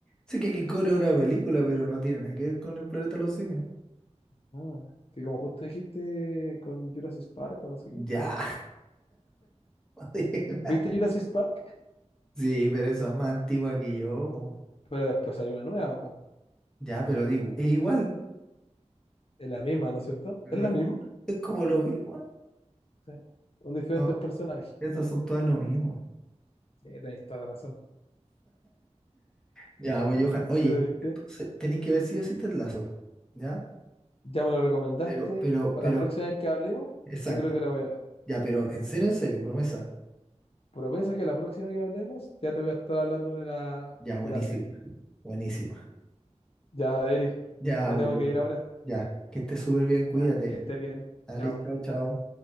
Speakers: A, in the centre; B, on the left.
A: Sé que King Kong es una película, pero no tiene nada que ver con el planeta de los simios.
B: Ah, que como justo dijiste con Jurassic Park o no sé qué.
A: Ya. <laughs>
B: ¿Viste Jurassic Park?
A: Sí, pero esa es más antigua que yo, po.
B: Pero después salió una nueva, po.
A: Ya, pero digo, es igual.
B: Es la misma, ¿no es cierto?
A: <laughs>
B: Es la misma.
A: Es como lo mismo, ¿no?
B: Sí. Con diferentes
A: No,
B: personajes.
A: estas son todas lo mismo.
B: Sí, tenéis toda la razón.
A: Ya, pues, Johan, oye,
B: Pero viste.
A: entonces tenéis que ver si o sí Ted Lasso, ¿ya?
B: Ya me lo recomendaste.
A: Pero, pero,
B: Para
A: pero,
B: la próxima vez que hablemos,
A: exacto.
B: yo creo que la voy a ver.
A: Ya, pero en serio, en serio, promesa.
B: Promesa que la próxima que hablemos, ya te voy a estar hablando de la,
A: Ya, buenísima,
B: de la serie.
A: buenísima.
B: Ya, Denis,
A: Ya,
B: me
A: pues,
B: tengo
A: Johan.
B: que ir ahora.
A: Ya, que estés súper bien, cuídate.
B: Ya, que estés bien.
A: Dale,
B: Chao.
A: chao, chao.